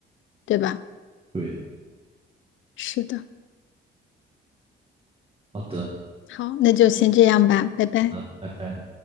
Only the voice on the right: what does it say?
对，对
好的，
好的，拜拜。